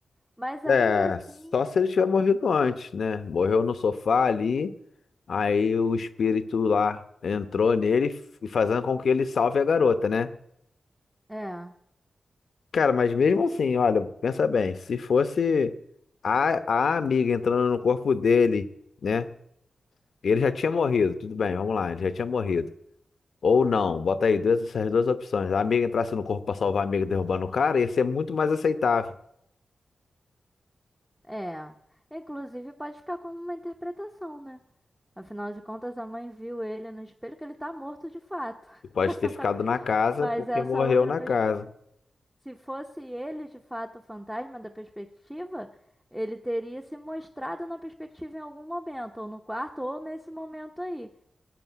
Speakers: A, in the centre; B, on the left (about 75°).
A: Mas ainda
B: É,
A: assim,
B: só se ele tiver morrido antes, né? Morreu no sofá ali, aí o espírito lá entrou nele, f- fazendo com que ele salve a garota, né?
A: é,
B: Cara, mas mesmo assim, olha, pensa bem, se fosse a, a amiga entrando no corpo dele, né? Ele já tinha morrido, tudo bem, vamos lá, ele já tinha morrido. Ou não, bota aí duas, essas duas opções. A amiga entrasse no corpo pra salvar a amiga derrubando o cara, ia ser muito mais aceitável.
A: é. Inclusive pode ficar como uma interpretação, né? Afinal de contas, a mãe viu ele no espelho que ele tá morto de fato.
B: E pode ter ficado na
A: <laughs>
B: casa
A: Mas
B: porque
A: essa
B: morreu
A: outra
B: na
A: pers...
B: casa.
A: se fosse ele de fato o fantasma da perspectiva, ele teria se mostrado na perspectiva em algum momento, ou no quarto, ou nesse momento aí.